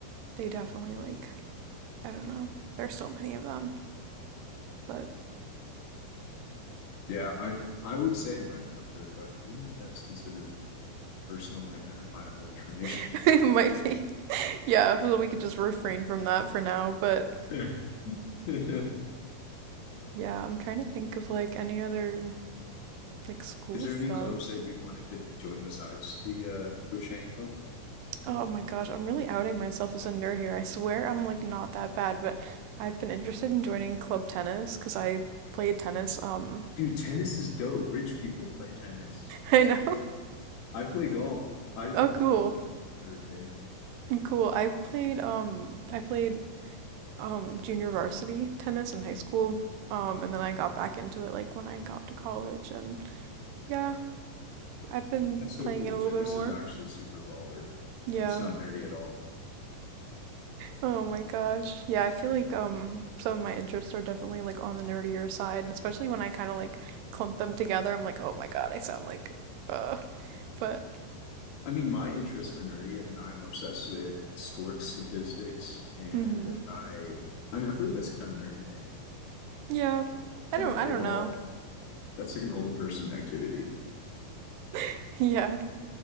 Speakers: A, on the right; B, on the left.
A: they definitely like I don't know. There's so many of them, but
B: Yeah, I I would say my chapter, but I don't know if that's considered personal identifiable information.
A: <laughs> it might be. Yeah, so we could just refrain from that for now, but
B: <laughs> Is
A: yeah, I'm trying to think of like any other like school
B: there
A: stuff.
B: any clubs that you wanted to join besides the uh, crocheting club?
A: Oh my gosh, I'm really outing myself as a nerd here. I swear I'm like not that bad, but I've been interested in joining club tennis because I played tennis. Um,
B: Dude, tennis is dope. Rich people play tennis.
A: I know. <laughs>
B: I play golf. I don't
A: Oh, cool,
B: think it's a nerd thing.
A: cool. I played um, I played um junior varsity tennis in high school. Um, and then I got back into it like when I got to college, and yeah, I've been
B: That's so
A: playing
B: cool.
A: it a
B: Tennis
A: little bit more.
B: is actually super baller.
A: Yeah.
B: It's not nerdy at all.
A: Oh my gosh. Yeah, I feel like um some of my interests are definitely like on the nerdier side, and especially when I kind of like clump them together, I'm like, "Oh my God, I sound like uh." But
B: I mean, my interests are nerdy. I mean, I'm obsessed with sports statistics and
A: mhm.
B: I I mean, I feel like that's kind of a nerdy thing.
A: Yeah. I
B: And
A: don't
B: I play
A: I don't
B: golf.
A: know.
B: That's like an old person activity.
A: <laughs> Yeah.